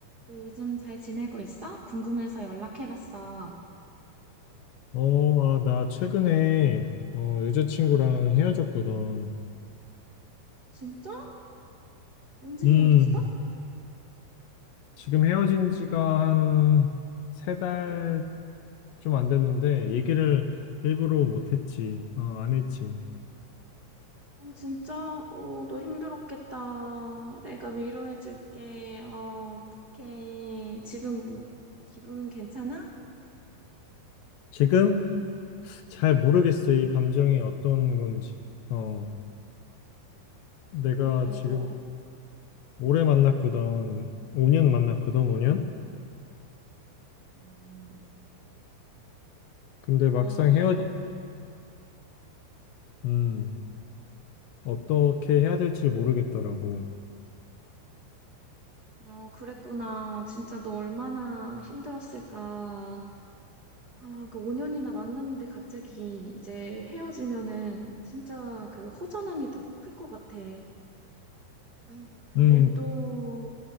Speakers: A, on the right; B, on the left.
A: 너 요즘 잘 지내고 있어? 궁금해서 연락해봤어.
B: 어, 아, 나 최근에 어, 여자친구랑 헤어졌거든.
A: 진짜? 언제
B: 음,
A: 헤어졌어?
B: 지금 헤어진 지가 한 세 달 좀 안 됐는데 얘기를 일부러 못 했지. 어, 안 했지.
A: 어, 진짜? 어, 너 힘들었겠다. 내가 위로해줄게. 어, 어떡해. 지금 뭐, 기분은 괜찮아?
B: 지금 잘 모르겠어. 이 감정이 어떤 건지. 어, 내가
A: 그러게,
B: 지금
A: 너.
B: 오래 만났거든. 5년 만났거든, 오 년
A: 음,
B: 근데
A: 아,
B: 막상 헤어지니까
A: 그,
B: 음, 어떻게 해야 될지 모르겠더라고.
A: 어, 그랬구나. 진짜 너 얼마나 힘들었을까. 아, 그 5년이나 만났는데 갑자기 이제 헤어지면은 진짜 그 허전함이 더 클 것 같아. 아유, 근데
B: 음,
A: 또,